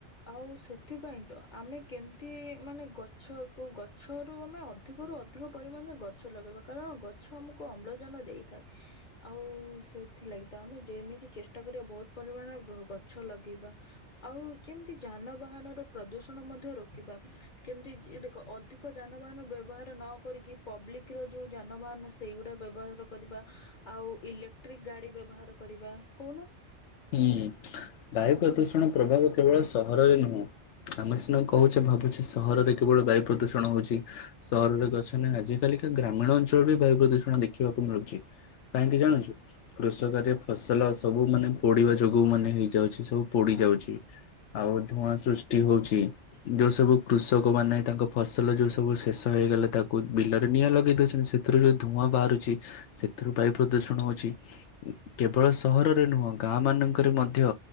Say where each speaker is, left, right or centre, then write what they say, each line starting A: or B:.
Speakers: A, on the left; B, on the left.
A: ଆଉ ସେଥିପାଇଁ ତ ଆମେ କେମ୍ ଟି ମାନେ ଗଛକୁ ଗଛରୁ ଆମେ ଅଧିକରୁ ଅଧିକ ପରିମାଣରେ ଗଛ ଲଗେଇବା କାରଣ ଗଛ ଆମକୁ ଅମ୍ଳଜାନ ଦେଇଥାଏ। ଆଉ ସେଥିଲାଗି ତ ଆମେ ଯେମିତି ଚେଷ୍ଟା କରିବା ବହୁତ ପରିମାଣରେ ଗ ଗଛ ତ ଲଗେଇବା ଆଉ ଯେମିତି ଯାନବାହାନର ପ୍ରଦୂଷଣ ମଧ୍ୟ ରୋକିବା କେମିତି ଏ ଦେଖ ଅଧିକ ଯାନବାହାନ ବ୍ୟବହାର ନ କରିକି ପବ୍ଲିକରେ ଯଉଁ ଯାନବାହାନ ସେଇଗୁଡା ବ୍ୟବହାର କରିବା ଆଉ ଇଲେକ୍ଟ୍ରିକ ଗାଡ଼ି ବ୍ୟବହାର କରିବା କଉନ।
B: ହ୍ନୁ ବାୟୁ ପ୍ରଦୂଷଣ ପ୍ରଭାବ କେବଳ ସହରରେ ନୁହଁ ଆମେ ସିନା କହୁଛେ ଭାବୁଛେ ସହରରେ କେବଳ ବାୟୁ ପ୍ରଦୂଷଣ ହଉଚି ସହରରେ ଗଛ ନାହିଁ ଆଜିକାଲି କା ଗ୍ରାମୀଣ ଅଞ୍ଚଳରେ ବି ବାୟୁ ପ୍ରଦୂଷଣ ଦେଖିବାକୁ ମିଳୁଚି କାହିଁକି ଜାଣିଚୁ କୃଷକରେ ଫସଲ ସବୁ ମାନେ ପୋଡ଼ିବା ଯୋଗୁଁ ମାନେ ହେଇଯାଉଚି। ସବୁ ପୋଡ଼ି
A: ହଁ
B: ଯାଉଚି ଆଉ ଧୂଆଁ ସୃଷ୍ ଠି ହଉଚି ଯୋଉଁ ସବୁ କୃଷକମାନେ ତାଙ୍କ ଫସଲ ଯୋଉଁ ସବୁ ଶେଷ ହେଇଗଲେ ତାକୁ ବିଲରେ ନିଆଁ ଲଗେଇ ଦେଉଛନ୍ତି ସେଥିରୁ ଯୋଉଁ ଧୂଆଁ ବାହାରୁଛି ସେଥିରୁ ବାୟୁ ପ୍ରଦୂଷଣ ହଉଛି କେବଳ ସହରରେ ନୁହଁ। ଗାଁ ମାନଙ୍କରେ ମଧ୍ୟ